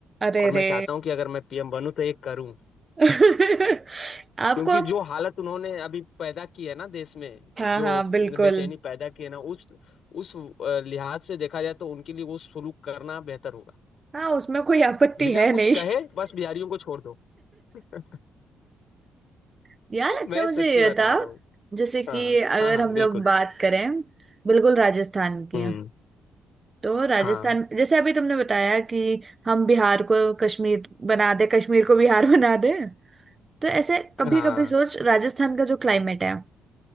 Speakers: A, on the right; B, on the left.
A: अरे
B: और
A: रे
B: मैं चाहता हूं कि अगर मैं पीएम बनूं तो ये करूं
A: <laughs> आपको
B: क्योंकि
A: अब
B: जो हालत उन्होंने अभी पैदा की है ना देश में
A: हाँ
B: जो
A: हाँ बिल्कुल
B: बेचैनी पैदा की है ना उस उस अ, लिहाज से देखा जाए तो उनके लिए वो सुलूक करना बेहतर होगा
A: हाँ उसमें कोई आपत्ति
B: बिना
A: है
B: कुछ
A: नहीं
B: कहे बस बिहारियों को छोड़ दो <laughs>
A: <laughs> यार अच्छा
B: मैं
A: मुझे
B: सच्ची
A: ये
B: बता
A: था
B: रहा हूँ
A: जैसे कि
B: हाँ
A: अगर
B: हाँ हाँ
A: हम
B: बिल्कुल
A: लोग बात करें बिल्कुल राजस्थान की
B: हम्म
A: हाँ, तो राजस्थान
B: हाँ
A: जैसे अभी तुमने बताया कि हम बिहार को कश्मीर बना दे कश्मीर को बिहार <laughs> बना दे तो ऐसे कभी
B: हाँ
A: कभी सोच राजस्थान का जो क्लाइमेट है